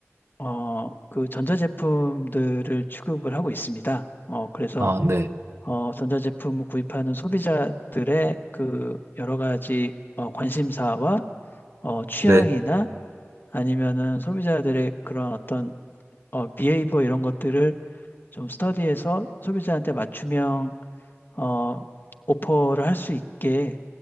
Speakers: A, on the left (about 45°); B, on the right (about 65°).
A: 어, 그 전자제품들을 취급을 하고 있습니다. 어, 그래서
B: 아, 네,
A: 어, 전자제품을 구입하는 소비자들의 그 여러 가지 어, 관심사와 어, 취향이나
B: 네,
A: 아니면은 소비자들의 그런 어떤 어, 비헤이버 이런 것들을 좀 스터디해서 소비자한테 맞춤형 어, 오퍼를 할 수 있게